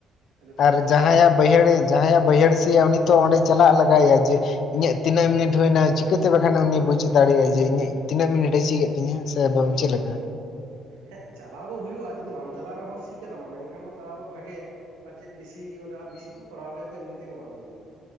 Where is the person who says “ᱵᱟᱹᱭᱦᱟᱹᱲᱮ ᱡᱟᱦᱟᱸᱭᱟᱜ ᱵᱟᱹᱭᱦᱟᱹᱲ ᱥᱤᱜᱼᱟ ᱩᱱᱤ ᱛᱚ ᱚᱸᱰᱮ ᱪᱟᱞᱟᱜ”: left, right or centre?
Left